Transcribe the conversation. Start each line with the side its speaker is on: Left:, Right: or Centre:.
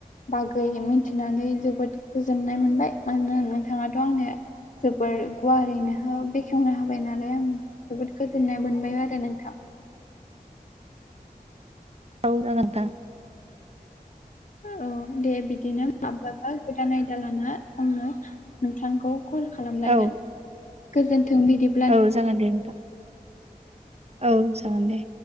Left: बागै मिथिनानै जोबोद गोजोननाय मोनबाय मानोना नोंथाङाथ' आंनो जोबोर गुवारैनो बेखेवनो होबाय नालाय आंनो जोबोद गोजोननाय मोनबाय आरो नोंथां
Right: औ जागोन नोंथां
Left: औ दे बिदिनो माब्लाबा गोदान आयदा लाना आङो नोंथांखौ कल खालामलायगोन
Right: औ
Left: गोजोन्थों बिदि
Right: औ जागोन दे नोंथां औ जागोन दे